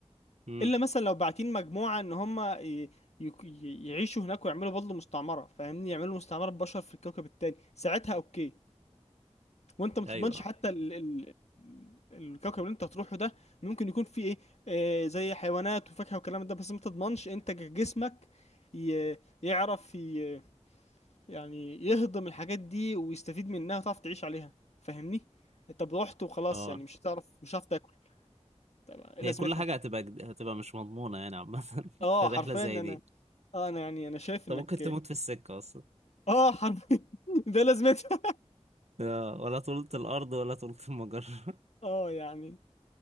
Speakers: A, on the right; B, on the left.
A: امم
B: الا مثلا لو باعتين مجموعه ان هم ي- يك- ي- يعيشوا هناك ويعملوا برضه مستعمره فاهمني يعملوا مستعمره بشر في الكوكب التاني ساعتها اوكي وانت ما
A: ايوه
B: تضمنش حتى ال ال الكوكب اللي انت هتروحه ده ممكن يكون فيه ايه آه زي حيوانات وفاكهه والكلام ده بس ما تضمنش انت ج- جسمك ي- يعرف ي- يعني يهضم الحاجات دي ويستفيد منها وتعرف تعيش عليها فاهمني طب رحت وخلاص
A: اه
B: يعني مش هتعرف مش هتعرف تاكل طب ايه
A: هي
B: لازمتها
A: كل حاجة هتبقى جد- هتبقى مش مضمونة يعني عامة <laughs>
B: اه
A: في رحلة
B: حرفيا
A: زي
B: انا
A: دي
B: اه انا يعني انا شايف
A: طب
B: انك
A: ممكن تموت في السكة أصلا
B: اه حرفيا <laughs> ده لازمتها
A: آه، ولا طولة الأرض ولا طولة المجرة <laughs>
B: اه يعني